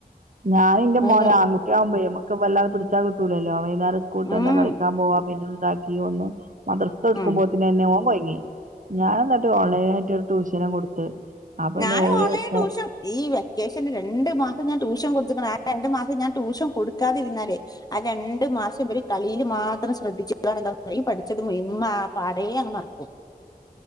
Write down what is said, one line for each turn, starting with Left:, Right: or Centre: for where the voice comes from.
Right: ഞാനൻ എന്റെ
Left: അങ്ങനെ
Right: മോനെ ആൺകു- ആവുമ്പോ നമുക്ക് വല്ലാതെ പിടിച്ചാ കിട്ടൂലല്ലോ, വൈകേരം സ്കൂൾട്ട തന്നെ
Left: ഉം
Right: കളിക്കാൻ പോവാ, പിന്നെന്താക്കിയോ ഒന്ന് - മദ്രസ എടുക്കുമ്പോത്തന
Left: ഉം
Right: എന്നെ ഓൻ കുഴ്ങ്ങി, ഞാൻ എന്നിട്ട് ഓൺലൈൻായിയിട്ട് ഒരു ട്യൂഷനും കൊടുത്ത്. അപ്പൊ പിന്നെ
Left: ഞാൻ
Right: ഓല്
Left: ഓൺലൈൻ
Right: ഇപ്പൊ
Left: ട്യൂഷൻ- ഈ വെക്കേഷന് രണ്ടു മാസം ഞാൻ ട്യൂഷൻ കൊടുതുക്ക്ണ്, ആ രണ്ടു മാസം ഞാൻ ട്യൂഷൻ കൊടുക്കാതിരുന്നാലേ- ആ രണ്ടു മാസം വരെ കളിയില് മാത്രം ശ്രദ്ധിച്ചു- ന്ത പഠിച്ചത് മമ്മ പാടേ അങ്നങ് മറക്കും.